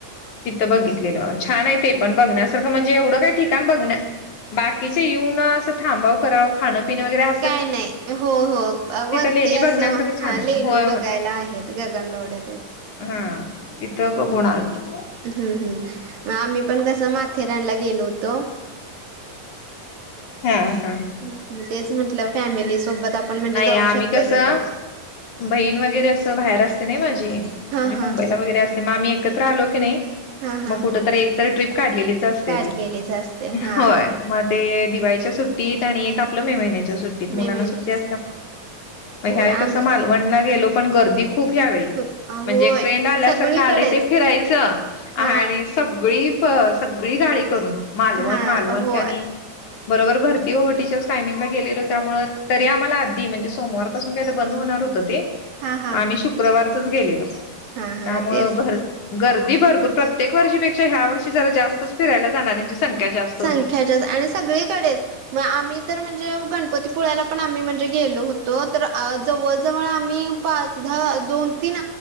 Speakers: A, on the left (about 60°); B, on the right (about 85°).
A: तिथं बघितलेलं. छान आहे ते पण बघण्यासारखं म्हणजे एवढं काय ठिकाण बघण्या बाकीचे येऊन असं थांबाव करावं खाणंपिणं वगैरे हा
B: काय नाही‌ हो हो. वरती
A: लेणी
B: असं
A: बघण्यासारखं
B: हा
A: छान आहे
B: लेणी
A: होय
B: बघायला
A: होय
B: आहेत. गगनबावडा
A: हा तिथं बघून आलतो.
B: हम्म हम्म. मग आम्ही पण कसं माथेरानला गेलो होतो.
A: हा हा.
B: हम्म तेच म्हटलं फॅमिली सोबत आपण म्हणजे
A: नाही
B: जाऊ
A: आम्ही
B: शकताय
A: कसं
B: तिथं.
A: बहीण वगैरे असं बाहेर असते नाही माझी म्हणजे
B: हां,
A: मुंबईला
B: हां.
A: वगैरे असते. मग आम्ही एकत्र आलो की नाही,
B: हां, हां.
A: मग कुठतरी एक तर ट्रीप काढलेली असत्या
B: काढलेलीच
A: ती
B: असते हां.
A: होय. मग ते दिवाळीच्या सुट्टीत आणि एक आपलं मे महिन्याच्या सुट्टीत. मुलांना
B: मे महिन्याचीच
A: सु त्या
B: आहे.
A: ह
B: होय आमची
A: <unintelligible> क मालवण गेलो पण गर्दी खुप ह्यावेळी
B: खूप
A: म्हणजे
B: होय
A: एक ट्रेंड आल्यासारखं
B: सगळीकडेच
A: आलंय ते फिरायचं. आणि
B: हां,
A: सगळी प सगळी गाडी करून मालवण
B: हां.
A: मालवण
B: होय.
A: त्यानी. बरोबर भरती ओहोटीच्याच टायमिंगला गेलेलो त्यामुळं तरी आम्हाला आधी म्हणजे सोमवारपासून काय तर बंद होणार होतं ते.
B: हां, हां.
A: आम्ही शुक्रवारचच गेलेलो
B: हा हा
A: त्यामुळं
B: तेच
A: घर गर्दी भरपूर प्रत्येक वर्षीपेक्षा ह्या वर्षी जरा जास्तच फिरायला जाणाऱ्यांची संख्या जास्त
B: संख्याच्या
A: होती.
B: आणि सगळीकडेच. मग आम्ही तर म्हणजे गणपतीपुळ्याला पण आम्ही म्हणजे गेलो होतो तर आ जवळ जवळ आम्ही पाच दहा दोन तीन